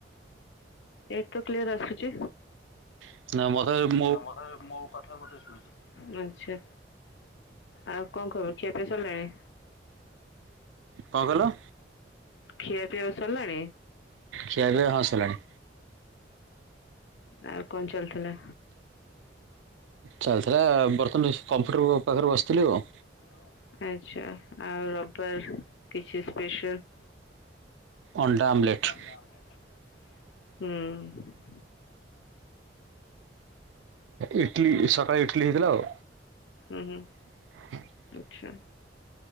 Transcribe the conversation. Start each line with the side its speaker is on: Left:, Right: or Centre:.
Left: ଏଇଠି ତ କ୍ଲିୟର ଆସୁଚି।
Right: <unintelligible>
Left: ହଁ ମତେ ମୋଉ କଥା ମତେ ଶୁଭୁଛି। ଆଛା ଆଉ କଂ ଖବର ଖିଆ ପିଆ ସରିଲାଣି।
Right: କଂ କଲ?
Left: ଖିଆପିଅ ସରିଲାଣି।
Right: ଖିଆପିଆ ହଁ ସଲାଣି।
Left: ଆଉ କନ୍ ଚାଲିଥିଲା?
Right: ଚାଲିଥିଲା ବର୍ତ୍ତମାନ କମ୍ପ୍ୟୁଟର ପାଖରେ ବସିଥିଲି ଆଉ।
Left: <inaudible> ଆଚ୍ଛା ଆଉ ରବିବାର କିଛି ସ୍ପେସାଲ।
Right: ଅଣ୍ଡା ଆମଲେଟ୍।
Left: <inaudible> ହୁଁ।
Right: ଇଟିଲି ସକାଳେ ଇଟିଲି ହେଇଥିଲା ଆଉ।
Left: ଉଁ ହୁଁ।
Right: <inaudible>
Left: ଚ୍ଛା।